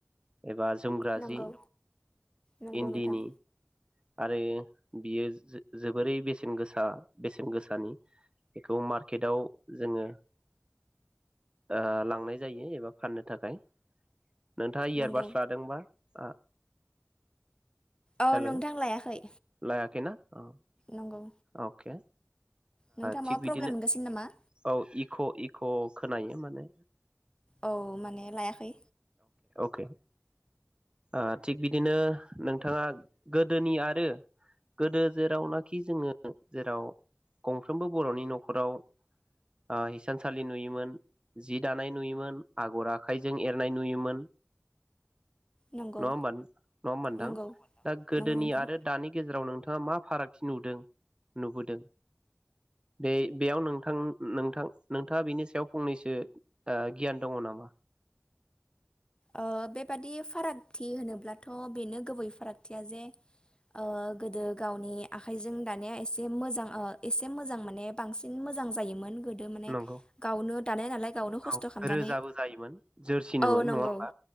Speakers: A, on the right; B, on the left.
A: एबा जोमग्रा
B: नंगौ
A: जि
B: नंगौ
A: इन्दिनि
B: नोंथां
A: आरो बियो जो-जोबो बोरै बेसेन गोसा बेसेन गोसानि बेखौ मार्केटाव जोङो ओ लांनाय जायो एबा फाननो थाखाय नोंथाङा इयारबादस
B: नंगौ
A: लादोंबा ओ
B: औ
A: हेल'
B: नोंथां लायाखै
A: लायाखि ना अ
B: नंगौ
A: अके
B: नोंथाङा
A: थिग
B: माबा
A: बिदिनो
B: प्रब्लेम मोनगासिनो नामा?
A: औ इक' इक' खोनायो माने
B: औ माने लायाखै
A: अके ओ थिग बिदिनो नोंथाङा गोदोनि आरो गोदो जेरावनाखि जोङो जेराव गंफ्रोमबो बर'नि न'खराव ओ हिसानसालि नुयोमोन जि दानाय नुयोमोन आगर आखाइजों एरनाय नुयोमोन
B: नंगौ
A: नङा होमबा नङाबा नोंथां
B: नंगौ
A: दा गोदोनि
B: नंगौ नोंथां
A: आरो दानि गेजेराव नोंथाङा मा फारागथि नदों नुबोदों बे बेयाव नोंथां नोंथां नोंथाङा बिनि सायाव फंनैसो ओ गियान दङ नामा?
B: ओ बेबादि फारागथि होनोब्लाथ' बेनो गुबै फारागथिया जे ओ गोदो गावनि आखाइजों दानाया एसे मोजां ओ एसे मोजां माने बांसिन मोजां जायोमोन। गोदो माने
A: नंगौ।
B: गावनो दानाय नालाय गावनो खस्थ'
A: औ
B: खालामनानै
A: रोजाबो जायोमोन जोरसिनोमोन
B: औ नंगौ।
A: नङा होमबा?